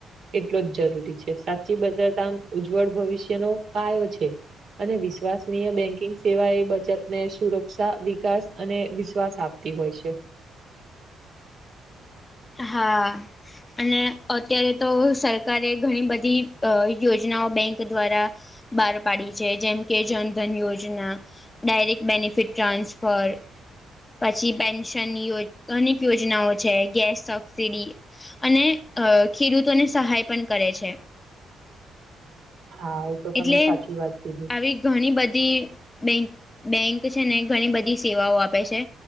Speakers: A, on the right; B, on the left.
A: એટલો જ જરૂરી છે સાચી બજારતામ ઉજ્જવળ ભવિષ્યનો પાયો છે. અને વિશ્વાસનીય બેંકિંગ સેવા એ બચતને સુરક્ષા, વિકાસ અને વિશ્વાસ આપે તી હોય છે.
B: હા. અને અત્યારે તો સરકારે ઘણી બધી અ યોજનાઓ બેંક દ્વારા બહાર પાડી છે જેમ કે જનધન યોજના, ડાયરેક્ટ બેનિફિટ ટ્રાન્સફર પછી પેન્શનની અનેક યોજનાઓ છે, ગેસ સબસીડી અને અ ખેડૂતોને સહાય પણ કરે છે.
A: હા. તો તમે
B: એટલે
A: સાચી વાત કીધી
B: આવી ઘણી બધી બેંક બેંક છે ને ઘણી બધી સેવાઓ આપે છે.